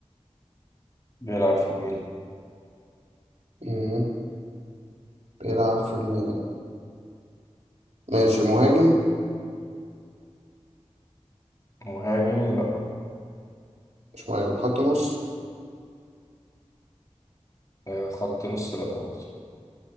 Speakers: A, on the left; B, on the right.
A: بيلعب في الميلان
B: مم. بيلعب في الميلان ماشي مهاجم
A: مهاجم لا
B: مش مهاجم خط نص
A: آه خط نص لا برضه